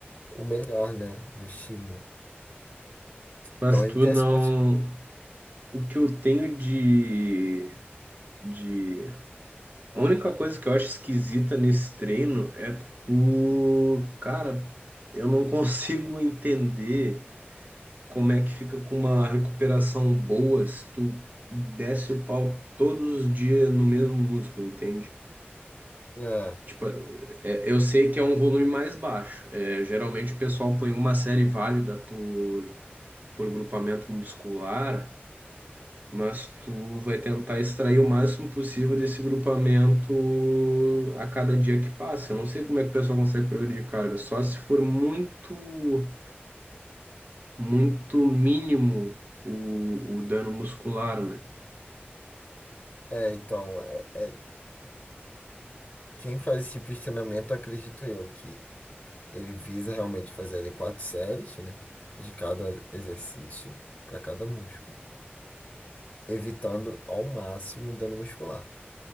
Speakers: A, on the left; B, on the right.
A: o melhor, né, do estímulo.
B: Mas
A: Então ele
B: tu
A: tem
B: não.
A: esse ponto.
B: O que eu tenho de... de. A única coisa que eu acho esquisita nesse treino é o. Cara, eu não <laughs> consigo entender como é que fica com uma recuperação boa se tu desce o pau todos os dias no mesmo músculo, entende?
A: Ah,
B: Tipo, é- eu sei que é um volume mais baixo. É, geralmente o pessoal põe uma série válida por, por grupamento muscular, mas tu vai tentar extrair o máximo possível desse grupamento a cada dia que passa. Eu não sei como é que o pessoal consegue progredir de carga, só se for muito, muito mínimo o, o dano muscular, né?
A: é, então, é, é- quem faz esse tipo de treinamento, acredito eu, que ele visa realmente fazer ali quatro séries, né, de cada exercício, para cada músculo, evitando ao máximo dano muscular.